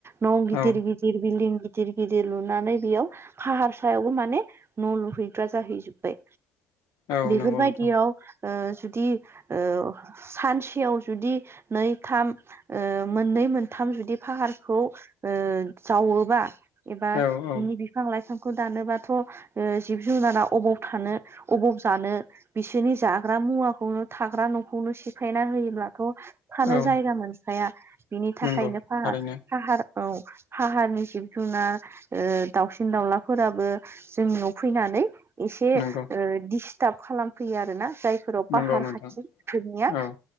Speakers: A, on the right; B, on the left.
A: न' गिदिर
B: औ
A: गिदिर बिल्डं गिदिर गिदिर लुनानै बेयाव फाहार सायावबो माने न' लुहैग्रा जाहैजोब्बाय
B: औ
A: बेफोरबायदियाव
B: नंगौ नोंथां
A: ओ जुदि ओ सानसेयाव जुदि नै थाम ओ मोन मोनै मोनथाम जुदि फाहारखौ ओ जावोबा एबा
B: औ
A: बिनि
B: औ
A: बिफां लाइफां खौ दानोबाथ' ओ जिब जुनारा अबव थानो अबव जानो बिसोरनि जाग्रा मुवाखौनो थाग्रा न'खौनो सिफायना होयोब्लाथ' थानो
B: औ
A: जायगा मोनखाया बिनि थाखायनो
B: नंगौ
A: फाह
B: थारैनो
A: फाहार औ फाहारनि जिब जुनना दाउसिन दाउला फोराबो जोंनियाव फैनानै एसे
B: नंगौ
A: दस्ट्ब खालामफैयो आरो ना जाय सोराव पाहार
B: नंगौ नोंथां
A: खाथिफोरनिया
B: औ